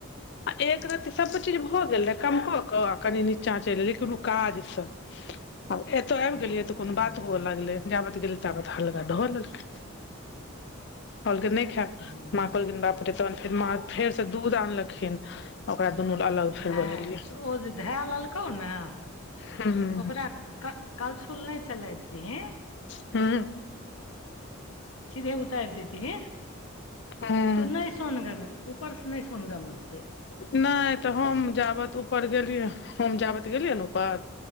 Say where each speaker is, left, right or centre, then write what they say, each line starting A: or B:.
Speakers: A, on the left; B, on the left.
A: आ एक रति सभ चीज भ गेल रहय कम क क कनी नीचा चलि गेल रही कोनो काज सँ आब एतौ आबि
B: हूं
A: गेलियै तऽ कोनो बात हुअ लगले जाबत गेलियै ताबत हल्का ध लेलके कहलकै नहि खाएब
B: हूं
A: माँ कहलखिन बाप पे तहन फेर माँ फेरसँ दूध आनलखिन ओकरा दुनू अलग फेर
B: नहि
A: बनेलियै
B: तऽ ओ जे धए लेलकौ ने
A: हूँ
B: ओकरा करछुल नहि चलैबतीही
A: <inaudible>
B: सीधे उतारि देतिही
A: हूँ
B: तू नहि सोनगन उपर सँ नहि सोनगम हेतै
A: नहि त हम जाबत ऊपर गेलियै हम जाबत गेलियै ने ऊपर